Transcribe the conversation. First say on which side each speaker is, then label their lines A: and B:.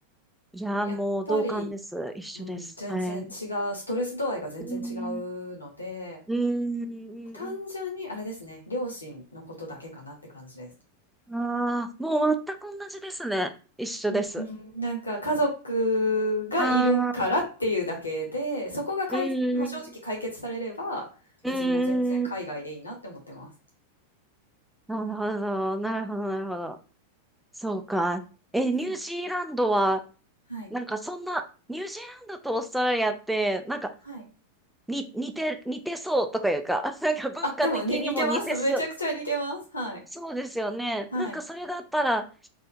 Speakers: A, in the centre; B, on the left.
A: いやー、
B: やっぱり
A: もう同感です。一緒です。
B: うん、全然違う、
A: はい。
B: ストレス度合いが全然違うので、
A: うん、うん、
B: 単純にあれですね、両親のことだけかなって感じです。
A: うん。ああー、もう全く同じですね。一緒です。
B: うんなんか家族がいるからっていうだけで、
A: ああ、
B: そこがかい、
A: うん、
B: まあ正直解決されれば、
A: う
B: 別にもう全然海外でいいなって思ってます。
A: ん、なるほど、なるほど、なるほど。そうか。え、ニュージーランドは、
B: そう。はい。
A: なんかそんな、ニュージーランドとオーストラリアって、なんか、
B: はい。
A: に、似て、似てそうとかいうか、<laughs> なんか文化的にも似てそう、
B: あ、でもに似てます。めちゃくちゃ似てます。はい。
A: そうですよね。
B: はい。
A: なんかそれがあったら、